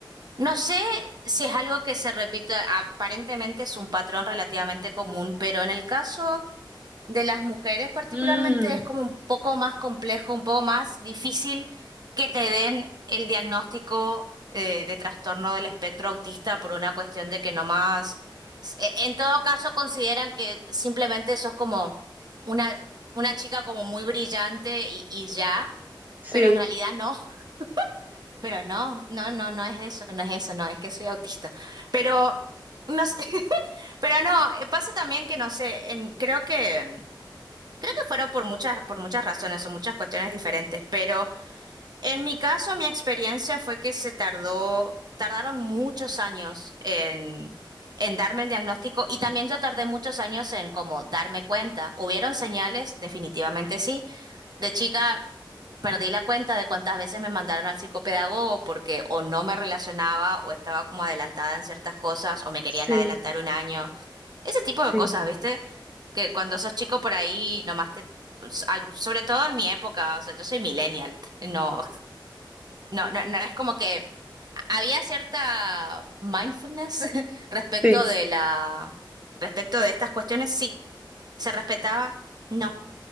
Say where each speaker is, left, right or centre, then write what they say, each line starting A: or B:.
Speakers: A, on the right; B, on the right.
A: no sé si es algo que se repite, aparentemente es un patrón relativamente común, pero en el caso de las mujeres particularmente
B: Mm,
A: es como un poco más complejo, un poco más difícil que te den el diagnóstico eh, de trastorno del espectro autista por una cuestión de que nomás, e- en todo caso consideran que simplemente sos como una, una chica como muy brillante y, y ya,
B: sí,
A: pero en realidad no, <laughs> pero no, no, no, no es eso, no es eso, no, es que soy autista, pero... No sé, <laughs> Pero no, eh, pasa también que no sé, en, creo que fueron por muchas, por muchas razones o muchas cuestiones diferentes, pero en mi caso, mi experiencia fue que se tardó, tardaron muchos años en, en darme el diagnóstico y también yo tardé muchos años en como darme cuenta. ¿Hubieron señales? Definitivamente sí. De chica Perdí la cuenta de cuántas veces me mandaron al psicopedagogo porque o no me relacionaba o estaba como adelantada en ciertas cosas o me querían
B: sí,
A: adelantar un año. Ese tipo de
B: sí,
A: cosas, ¿viste? Que cuando sos chico por ahí nomás te... s- al- sobre todo en mi época, o sea, yo soy millennial. No, no, no, no es como que había cierta mindfulness <laughs> respecto
B: sí.
A: de la... respecto de estas cuestiones, sí. ¿Se respetaba? No.